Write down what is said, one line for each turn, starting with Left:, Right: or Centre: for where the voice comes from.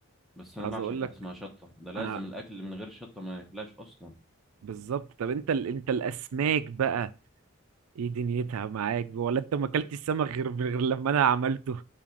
Centre: بس أنا
Right: عايز
Centre: بعشق
Right: اقول
Centre: حاجة
Right: لك
Centre: اسمها شطة ده لازم
Right: انا
Centre: الأكل اللي من غير شطة ما يحلاش أصلا
Right: بالظبط طب انت ال... انت الاسماك بقى ايه دنيتها معاك ولا انت ما اكلتش السمك غير غير لما انا عملته